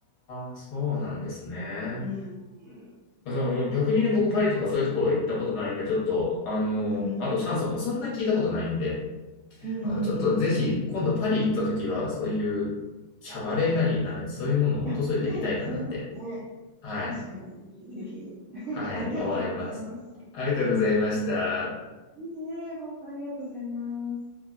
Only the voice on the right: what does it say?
うん。
うんうんうん。
うんうんうん。
あ、ね、そういうのもね、
確かにぜひぜひ。<laughs>
ありがとうございます。
いいね、本当ありがとうございます。